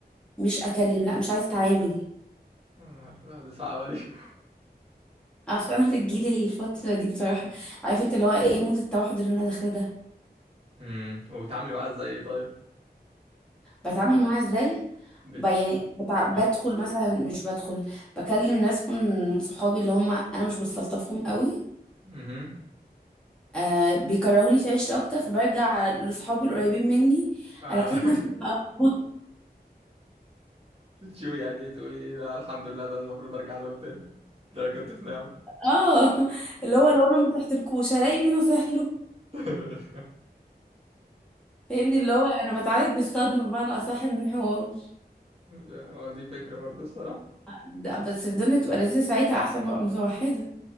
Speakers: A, in the centre; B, on the right.
A: مش اكلم لا مش عايزه اتعامل
B: يا نهار أبيض، دي صعبة دي <laughs>
A: اصل انا <laughs> بتجيلي الفتره دي بصراحه عارف انت اللي هو ايه مود التوحد اللي انا داخله ده
B: امم وبتعاملي معاها ازاي إيه طيب
A: بتعامل معاها ازاي
B: بت
A: ب- يعني بتع... بدخل
B: بت-
A: مثلا مش بدخل بكلم ناس من من صحابي اللي هم انا مش بستلطفهم قوي
B: مهم.
A: آه بيكرهوني في عيشتي اكتر فبرجع لاصحابي القريبين مني
B: آه.
A: علاقتنا
B: <laughs>
A: بتبقى <laughs>
B: بتشوفي يعني ايه تقولي ايه بقى الحمد لله ده أنا المفروض ارجع لهم تاني ده انا كنت في نعمة
A: اه اللي هو لو انا ما صحتلكوش هلاقي مين اصح له
B: <laughs>
A: فاهمني اللي هو انا بتعالج بالصدمه بمعنى اصح من الحوار
B: آه، دي فكرة برضه الصراحة
A: لا بس الدنيا بتبقى لذيذه ساعتها احسن ما ابقى متوحده